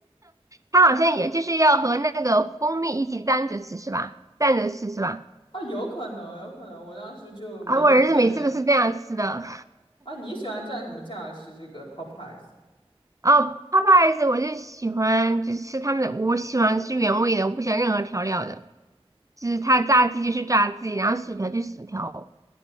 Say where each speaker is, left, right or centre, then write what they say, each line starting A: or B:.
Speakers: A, on the right (about 30°); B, on the left (about 55°).
A: 它好像也就是要和那个蜂蜜一起蘸着吃是吧？蘸着吃是吧？
B: 啊，有可能，有可能，我当时就没怎么蘸酱。
A: 啊，我儿子每次都是这样吃的。
B: 啊，你喜欢蘸什么酱啊吃这个 p o p e y e
A: 哦 p o p e y e 我就喜欢就是吃他们的，我喜欢吃原味的，我不喜欢任何调料的。就是它炸鸡就是炸鸡，然后薯条就是薯条。